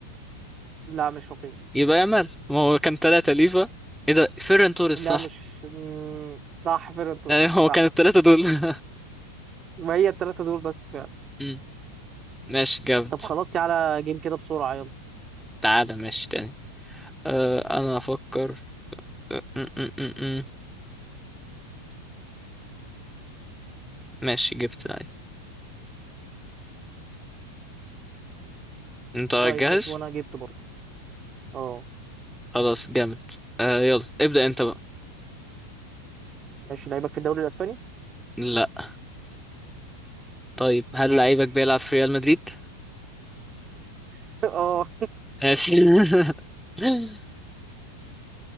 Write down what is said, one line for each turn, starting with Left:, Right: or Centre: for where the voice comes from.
Right: لا مش رافينيا
Centre: يبقى يامال ما هو كان تلاتة ليفا إيه ده فيران توريس
Right: لا
Centre: صح
Right: مش مم، صح فيرنتون
Centre: <laughs> يعني هو
Right: صح
Centre: كان التلاتة دول <laughs>
Right: ما هي الثلاثة دول بس فعلا
Centre: مم. ماشي جامد
Right: طب خلاص على جيم كده بسرعة يلا
Centre: تعالى ماشي تاني أه أنا أفكر م- م- م- م. ماشي جبت ايوه انت جاهز
Right: طيب ماشي وانا جبت برضه اه
Centre: خلاص جامد آه يلا ابدأ انت بقى
Right: ماشي لعيبك في الدوري الاسباني
Centre: لا طيب هل لعيبك
Right: ماشي
Centre: بيلعب في ريال مدريد
Right: <laughs> اه
Centre: ماشي <laughs>